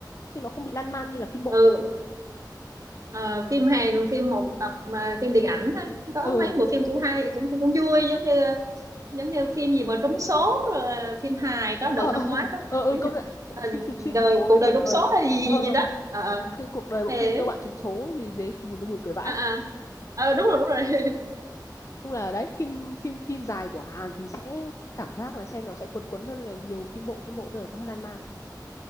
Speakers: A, on the left; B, on the right.
A: chứ nó không bị lan man như là phim bộ
B: ừ. Ờ, phim Hàn phim một tập mà phim điện ảnh á có
A: ừ
B: mấy bộ phim cũng hay cũng cũng, cũng vui giống như giống như phim gì mà trúng số rồi là phim hài có đợt
A: ờ
B: năm
A: ờ
B: ngoái rất là
A: ờ, ờ
B: nổi
A: công
B: nè
A: nhận
B: Ờ,
A: phim trùng siêu
B: đời
A: trùng số
B: cuộc
A: đấy
B: đời
A: buồn
B: trúng
A: cười
B: số hay gì
A: ờ
B: gì, gì đó ờ ờ.
A: cái cuộc đời bỗng
B: thế
A: dưng cho bạn trùng số thì thế thì buồn nó buồn cười vãi
B: à, à. Ờ, đúng rồi đúng rồi <laughs>
A: chung là đấy phim phim phim dài của Hàn thì sẽ cảm giác là xem nó sẽ cuốn cuốn hơn là nhiều phim bộ phim bộ bây giờ có hơi lan man